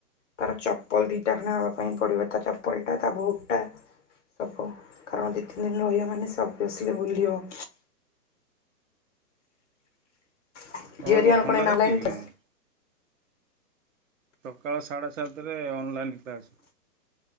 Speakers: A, on the left (about 50°); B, on the right (about 55°).
A: ତାର ଚପଲ ଦିଟା ଖାନା ହବା ପାଇଁ ପଡିବ ତା ଚପଲ ଟା ତା ବୁଟ୍ ଟା ସବୁ କାରଣ ଦୁଇ ତିନି ଦିନ ରହିବ ମାନେ ସେ ସବୁସିଲି ବୁଲିବ। <unintelligible>
B: ତମର କଣ ଥଣ୍ଡା ଧରିଛି କି ତମକୁ ସକାଳ ସାଢ଼େ ସାତରେ ଅନଲାଇନ୍ କ୍ଲାସ୍।